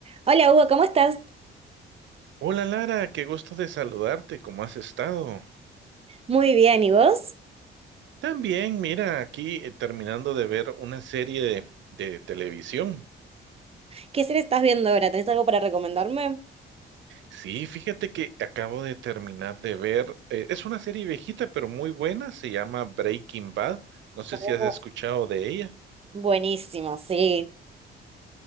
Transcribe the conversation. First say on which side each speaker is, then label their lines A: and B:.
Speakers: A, on the right; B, on the right.
A: Hola Hugo, ¿cómo estás?
B: Hola Lara, qué gusto de saludarte, ¿cómo has estado?
A: Muy bien, ¿y vos?
B: También, mira, aquí eh, terminando de ver una serie de, de televisión.
A: ¿Qué serie estás viendo ahora? ¿Tenés algo para recomendarme?
B: Sí, fíjate que acabo de terminar de ver, eh, es una serie viejita pero muy buena, se llama Breaking Bad, no sé
A: Oh,
B: si has escuchado de ella.
A: buenísimo, sí.